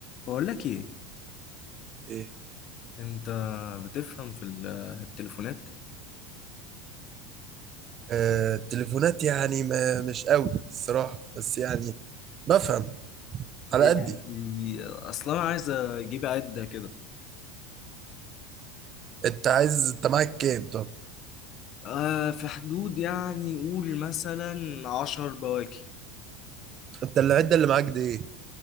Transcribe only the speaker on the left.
بقول لك ايه
انت بتفهم في ال- التليفونات
يعني
اصلا انا عايز اجيب عدة كده
آه في حدود يعني قول مثلا عشر بواكي